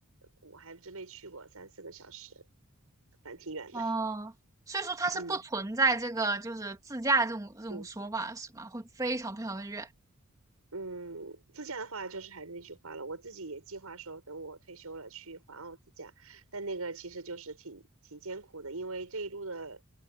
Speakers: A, on the right; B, on the right.
A: 我还真没去过，三四个小时，反正挺远的。
B: 哦，所以说它是不存在这个就是自驾这种这种说法是吗？
A: 嗯嗯
B: 会非常非常的远。
A: 嗯，自驾的话就是还是那句话了，我自己也计划说等我退休了去环澳自驾，但那个其实就是挺挺艰苦的，因为这一路的